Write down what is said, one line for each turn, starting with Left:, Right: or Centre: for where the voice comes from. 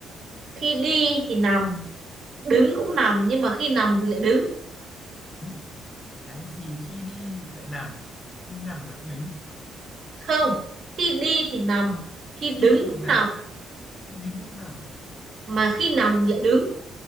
Right: khi đi thì nằm đứng cũng nằm nhưng mà khi nằm thì lại đứng
Left: ý cái gì khi đi lại nằm khi nằm lại đứng
Right: không khi đi thì nằm khi đứng
Left: khi đi
Right: cũng
Left: thì nằm
Right: nằm
Left: khi đứng cũng nằm
Right: mà khi nằm thì lại đứng